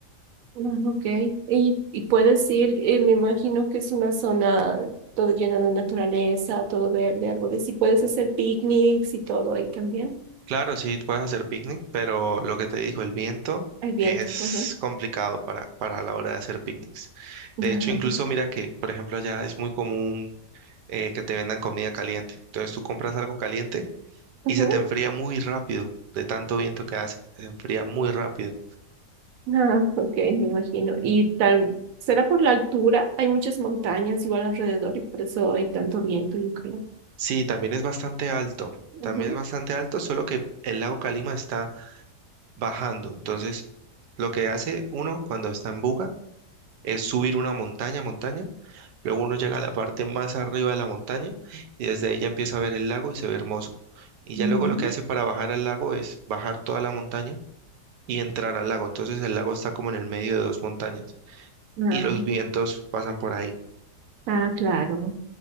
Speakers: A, on the right (about 65°); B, on the right (about 80°).
A: Ah, ok. Y, y puedes ir, eh, me imagino que es una zona todo llena de naturaleza, todo verde, árboles, y puedes hacer picnics y todo ahí también.
B: Claro, sí, puedes hacer picnic, pero lo que te dijo, el viento
A: Al viento.
B: es
A: Ajá.
B: complicado para, para la hora de hacer picnics.
A: Ajá.
B: De hecho, incluso
A: <laughs>
B: mira que, por ejemplo, allá es muy común eh, que te vendan comida caliente. Entonces tú compras algo caliente
A: Ujú.
B: y se te enfría muy rápido de tanto viento que hace. Se enfría muy rápido.
A: Ah, ok, me imagino. Y tal, será por la altura, hay muchas montañas igual alrededor y por eso hay tanto viento, yo creo.
B: Sí, también es bastante alto.
A: Ujú,
B: También es bastante alto, solo que el lago Calima está bajando. Entonces, lo que hace uno cuando está en Buga es subir una montaña, montaña Luego uno llega a la parte más arriba de la montaña y desde ahí ya empieza a ver el lago y se ve hermoso. Y ya
A: ujú.
B: luego lo que hace para bajar al lago es bajar toda la montaña y entrar al lago. Entonces el lago está como en el medio de dos montañas
A: Ah,
B: y los vientos pasan por ahí.
A: ah, claro.